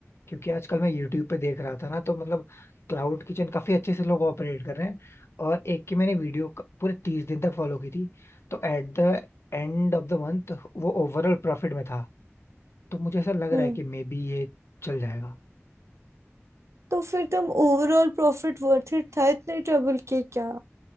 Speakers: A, on the left; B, on the right.
A: क्योंकि आजकल मैं यूट्यूब पे देख रहा था ना तो मतलब क्लाउड किचन काफी अच्छे से लोग ऑपरेट कर रहे हैं और एक की मैंने वीडियो पूरे तीस दिन तक फॉलो की थी तो at the end of the month वो ओवरऑल प्रॉफिट में था तो मुझे ऐसा लग
B: हम्म
A: रहा है कि मे बी ये चल जाएगा
B: तो फिर तुम ओवरऑल प्रॉफिट वर्थ इट था इतने ट्रबल के क्या